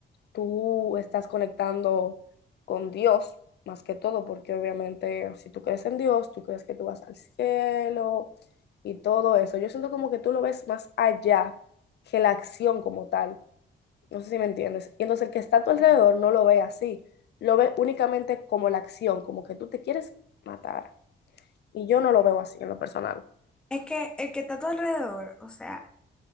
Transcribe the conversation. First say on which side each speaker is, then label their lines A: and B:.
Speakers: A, on the left; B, in the centre.
A: tú estás conectando con Dios más que todo, porque obviamente si tú crees en Dios, tú crees que tú vas al cielo y todo eso. Yo siento como que tú lo ves más allá que la acción como tal. No sé si me entiendes. Y entonces el que está a tu alrededor no lo ve así, lo ve únicamente como la acción, como que tú te quieres matar. Y yo no lo veo así en lo personal.
B: Es que el que está a tu alrededor, o sea,